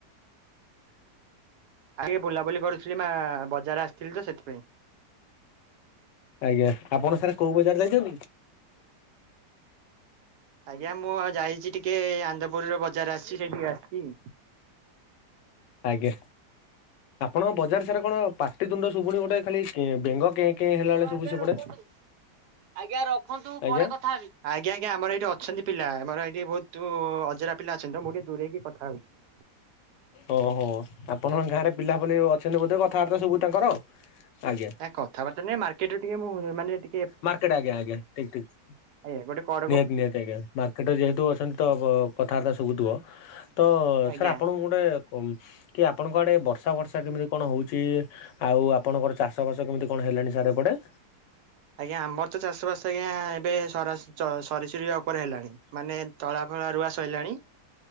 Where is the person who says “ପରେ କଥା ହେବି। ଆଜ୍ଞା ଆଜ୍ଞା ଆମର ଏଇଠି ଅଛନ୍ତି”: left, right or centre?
Right